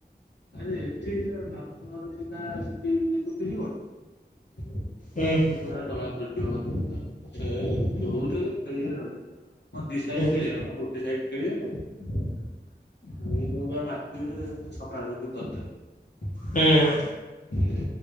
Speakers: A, on the left (about 75°); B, on the left (about 45°).
A: ଆରେ ଏଠି ସେ ବାପନ ଘର ସିଧା ସେଠି ଶୁଖିଯିବନି।
B: ହୁଁ।
A: ସେ ପୁରା ଧଳା ପଡିଯିବ ବୋଲି ସେ ଯୋଉଠି ହେଲେ ଖେଳଆର ଅଛି ବା। କଣ ଦି ସାଇଡ
B: ହୁଁ
A: ଖେଳିବା ଆମେ ତ ଗୋଟେ ସାଇଡ ଖେଳିବା ଆଉ। ଏଇ ଯୋଉ ବା ମାତିବେ। ଆଉ କାଲି ବି କରିଦେବେ
B: ହୁଁ।
A: ଏ